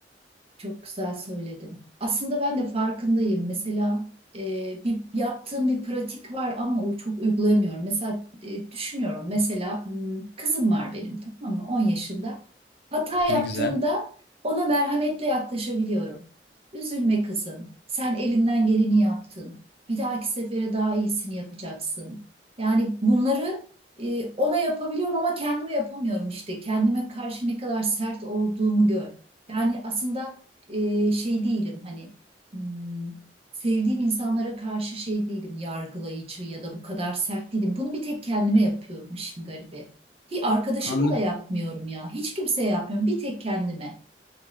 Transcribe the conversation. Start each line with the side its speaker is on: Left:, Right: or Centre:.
Right: Çok güzel söyledin. Aslında ben de farkındayım. Mesela e, bir yaptığım bir pratik var ama o çok uygulayamıyorum. Mesela e, düşünüyorum. Mesela hmm, kızım var benim tamam mı? 10 yaşında. Hata yaptığında
Left: Ne güzel.
Right: ona merhametle yaklaşabiliyorum. Üzülme kızım. Sen elinden geleni yaptın. Bir dahaki sefere daha iyisini yapacaksın. Yani bunları e, ona yapabiliyorum ama kendime yapamıyorum işte. Kendime karşı ne kadar sert olduğumu gör. Yani aslında e, şey değilim hani hmm, sevdiğim insanlara karşı şey değilim yargılayıcı ya da bu kadar sert değilim. Bunu bir tek kendime yapıyorum işin garibi. Hiç arkadaşıma
Left: Anlı
Right: da yapmıyorum ya. Hiç kimseye yapmıyorum. Bir tek kendime.